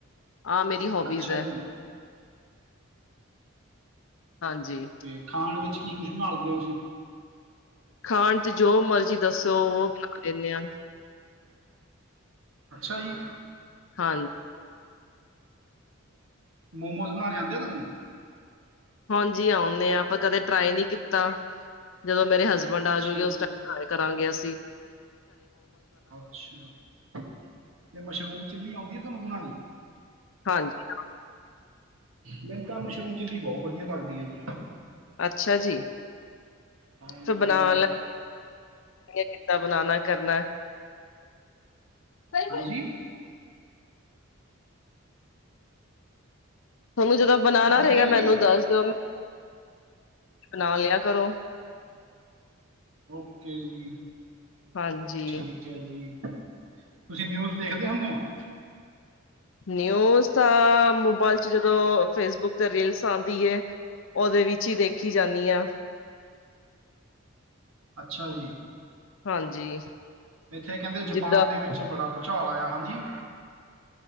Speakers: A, on the left; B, on the right.
A: ਆਹ ਮੇਰੀ ਹੋਬੀਜ਼
B: ਅੱਛਾ
A: ਹੈ।
B: ਜੀ
A: ਹਾਂਜੀ।
B: ਤੇ ਖਾਣ ਵਿੱਚ ਕੀ ਕੁਝ ਬਣਾ ਦਦੇ ਤੁਸੀਂ?
A: ਖਾਣ ਚ ਜੋ ਮਰਜ਼ੀ ਦੱਸੋ ਉਹ ਬਣਾ ਲਿੰਦੇ ਹਾਂ।
B: ਅੱਛਾ ਜੀ
A: ਹਾਂਜੀ
B: ਮੋਮੋਸ ਬਣਾਣੇ ਆਉਂਦੇ ਆ ਤੁਹਾਨੂੰ।
A: ਹਾਂਜੀ ਆਉਂਦੇ ਆਾਂ ਪਰ ਕਦੇ ਟਰਾਈ ਨਹੀਂ ਕੀਤਾ ਜਦੋਂ ਮੇਰੇ ਹਸਬੈਂਡ ਆਜੂਗੀ
B: ਅੱਛਾ
A: ਉਸ
B: ਜੀ
A: ਟਮ ਕਰਾਂਗੇ ਸੀ।
B: ਅੱਛਾ ਤੇ ਮਸ਼ਰੂਮ ਚਿੱਲੀ ਆਉਂਦੀ ਹੈ ਤੁੈਾਨੂੰ ਬਣਾਉਣੀ।
A: ਹਾਂਜੀ
B: ਮੈਨੂੰ ਤਾਂ ਮਸ਼ਰੂਮ ਚਿੱਲੀ ਬਹੁਤ ਵਧੀਆ ਲੱਗਦੀ ਹੈ ਜੀ।
A: ਅੱਛਾ ਜੀ
B: ਹਾਂਜੀ
A: ਤ ਬਣਾ ਲੈ। ਕੀਤਾ ਬਣਾਉਣਾ ਕਰਨਾ। ਤੁਹਾਨੂੰ
B: ਹਾਂਜੀ।
A: ਤੁਹਾਨੂੰ ਜਦੋਂ ਬਣਾਉਣਾ
B: ਕੀ ਕਹਿ
A: ਰਹੇਗਾ
B: ਰਹੇ ਹੋ
A: ਮੈਨੂੰ
B: ਜੀ
A: ਦੱਸ ਦਿਓ ਬਣਾ ਲਿਆ ਕਰੋ।
B: ਓਕੇ ਜੀ
A: ਹਾਂਜੀ
B: ਠੀਕ। ਠੀਕ ਹੈ ਜੀ ਤੁਸੀਂ ਨਿਊਜ਼ ਦੇਖਦੇ ਹੁੰਦੇ ਹੋ।
A: ਨਿਊਜ਼ ਤਾਂ ਮੋਬਾਇਲ ਚ ਜਦੋਂ ਫੇਸਬੁੱਕ ਤੇ ਰੀਲਸ ਆਉਂਦੀ ਹੈ। ਉਹਦੇ ਵਿੱਚ ਹੀ ਦੇਖੀ ਜਾਂਦੀ ਆ।
B: ਅੱਛਾ ਜੀ।
A: ਹਾਂਜੀ।
B: ਇੱਥੇ ਕਹਿੰਦੇ ਜਪਾਨ
A: ਜਿੱਦਾਂ
B: ਦੇ ਵਿੱਚ ਬੜਾ ਭੂਚਾਲ ਆਇਆ ਹਾਂਜੀ।